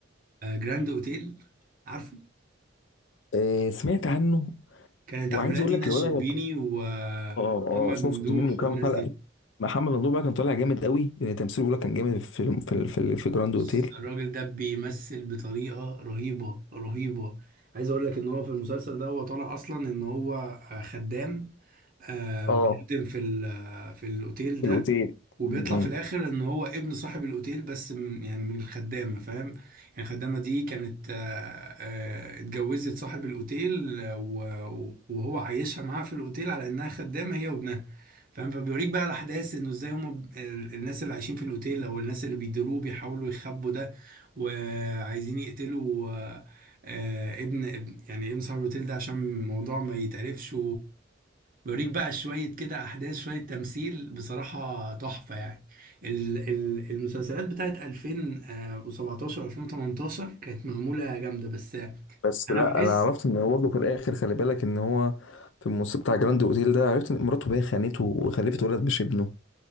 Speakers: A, on the right; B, on the left.
A: جراند اوتيل عارفه
B: آه سمعت عنه
A: كانت
B: وعايز
A: عاملاه
B: اقول
A: دينا
B: لك
A: الشربيني
B: الوضع اه
A: ومحمد
B: اه اه شفت
A: ممدوح
B: منه كام
A: والناس
B: حلقه
A: دي
B: محمد ممدوح بقى كان طالع جامد قوي لان تمثيله بيقول لك كان جامد في في في, في جراند
A: بص
B: اوتيل
A: الراجل ده بيمثل بطريقة رهيبة رهيبة عايز اقول لك ان هو في المسلسل ده هو طالع اصلا ان هو آه، خدام آه
B: اه
A: وبيخدم في ال- في الاوتيل
B: في
A: ده
B: الاوتيل
A: وبيطلع
B: م-
A: في
B: م.
A: الاخر ان هو ابن صاحب الاوتيل بس من يعني من الخدامه فاهم يعني الخدامه دي كانت آه، آه، اتجوزت صاحب الاوتيل آه، و- وهو عايشها معاها في الاوتيل على انها خدامه هي وابنها فاهم فبيوريك بقى الاحداث انه ازاي هم ب- ال- الناس اللي عايشين في الاوتيل او الناس اللي بيديروه بيحاولوا يخبوا ده وعايزين يقتلوا آه، آه، ابن ابن- يعني ابن صاحب الاوتيل ده عشان الموضوع ما يتعرفش بيوريك بقى شوية كده أحداث شوية تمثيل بصراحة تحفة يعني ال- ال- المسلسلات بتاعت 2017 2018 كانت معمولة جامدة بس
B: بس
A: أنا
B: لا
A: بحس
B: انا عرفت ان هو برضه في الاخر خلي بالك ان هو في الموسم بتاع جراند اوتيل ده عرفت ان مراته بقى خانته وخلفت ولد مش ابنه